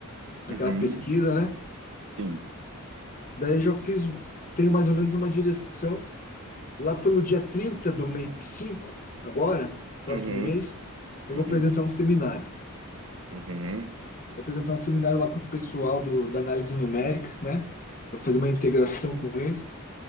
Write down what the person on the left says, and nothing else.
naquela pesquisa, né?
Daí já fiz, tenho mais ou menos uma direção. Lá pelo dia 30 do mês 5, agora, próximo
mês, eu
vou apresentar um seminário.
Vou apresentar um seminário lá pro pessoal do, da análise numérica, né? Vou fazer uma integração com eles.